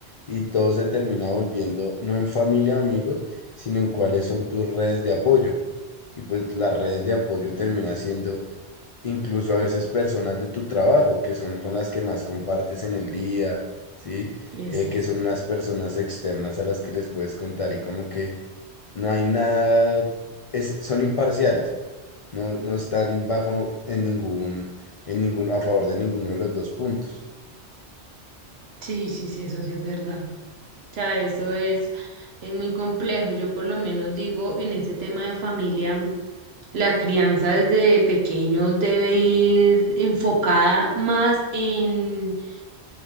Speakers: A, on the left; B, on the right.
A: y todo se termina volviendo no en familia o amigos, sino en cuáles son tus redes de apoyo. Y pues las redes de apoyo termina siendo incluso a veces personas de tu trabajo, que son con las que más compartes en el día, ¿sí?
B: Y
A: Eh, que son unas personas externas a las que les puedes contar y como que no hay nada, es- son imparciales, no, no están bajo en ningún, en ningún, a favor de ninguno de los dos puntos.
B: Sí, sí, sí, eso sí es verdad. sea, eso es, es muy complejo. Yo por lo menos digo, en ese tema de familia, la crianza desde pequeño debe ir enfocada más en